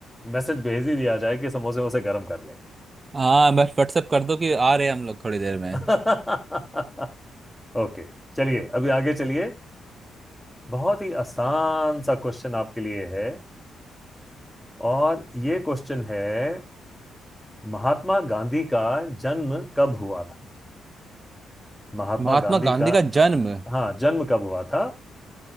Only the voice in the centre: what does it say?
मैसेज भेज ही दिया जाए कि समोसे वोसे गर्म कर ले
<laughs> ओके चलिए अभी आगे चलिए बहुत ही आसान सा क्वेश्चन आपके लिए है और ये क्वेश्चन है महात्मा गांधी का जन्म कब हुआ था महात्मा
गांधी
का
हाँ जन्म कब हुआ था